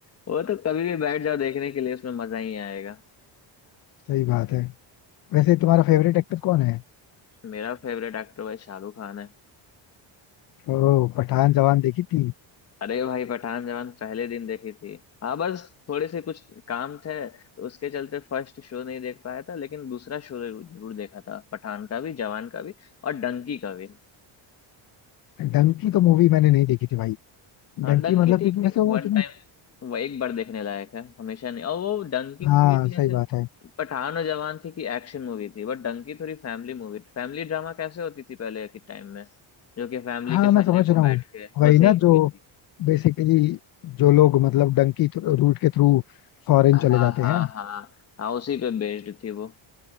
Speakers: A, on the left (about 30°); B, on the left (about 50°).
A: वो तो कभी भी बैठ जाओ देखने के लिए उसमें मजा ही आएगा
B: सही बात है वैसे तुम्हारा फेवरेट एक्टर कौन है
A: मेरा फेवरेट एक्टर भाई शाहरुख खान है
B: ओ पठान जवान देखी थी
A: अरे भाई पठान जवान पहले दिन देखी थी हाँ बस थोड़े से कुछ काम थे तो उसके चलते फर्स्ट शो नहीं देख पाया था लेकिन दूसरा शो जरूर देखा था पठान का भी जवान का भी और डंकी का भी
B: डंकी तो मूवी मैंने नहीं देखी थी भाई
A: हाँ
B: डंकी
A: डंकी
B: मतलब
A: ठीक
B: क्योंकि
A: थी
B: वैसे
A: वन
B: वो तुम
A: टाइम वो एक बार देखने लायक है हमेशा नहीं और वो डंकी
B: हाँ
A: मूवी थी
B: सही
A: जैसे
B: बात है
A: पठान और जवान थी कि एक्शन मूवी थी बट डंकी थोड़ी फैमिली मूवी फैमिली ड्रामा कैसे होती थी पहले के टाइम में जो कि फैमिली
B: हाँ
A: के साथ
B: मैं समझ
A: देखो
B: रहा
A: बैठ
B: हूँ
A: के
B: वही
A: वैसे
B: ना
A: ही मूवी
B: जो
A: थी
B: बेसिकली जो लोग मतलब डंकी रूट के थ्रू फॉरेन
A: हाँ
B: चले
A: हाँ
B: जाते हैं
A: हाँ हाँ उसी पे बेस्ड थी वो